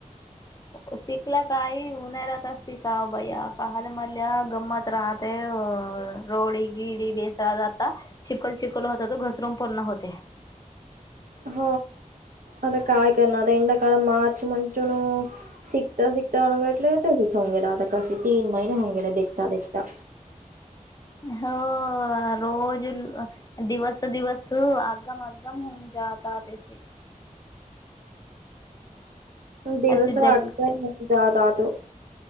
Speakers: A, on the left; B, on the right.
A: शिकला काही उन्हार ततिक भैया काहाल मल्या गंमत राहत ते रोडी गिडी बेसरा जाता चििकल चिकल होत त घसरून पूर्ण होते
B: ह आता काय कर ना आता एंा काळ माच मंचू न शिकखता शिकखता वागले य सि सो हो गेला काशी तीन महिने होंगेला देता देखता
A: हो रोज दिवस दिवस आगगम आगगम होऊन जा ता तेचिक
B: दिवसा
A: अशी जग
B: आगता मजाद आतो